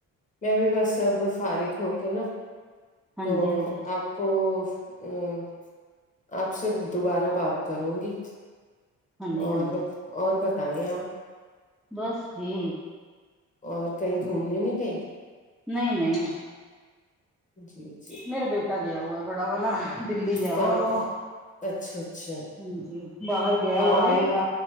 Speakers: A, on the left (about 25°); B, in the centre.
A: میں بھی بس اب فارغ ہو کے نا
B: ہاں
A: تو
B: جی ہاں جی
A: آپ کو ا آپ سے دوبارہ بات کروں گی
B: ہاں جی
A: اور
B: ہاں جی
A: ب اور بتائیں آپ
B: بس جی
A: اور کہیں گھومنے نہیں گئی
B: نہیں نہیں
A: جی جی
B: میرا بیٹا گیا ہوا بڑا والا دلی گیا
A: کام
B: ہوا وہ
A: اچھا اچھا
B: ہاں جی باہر گیا
A: کام
B: وہ آئے گا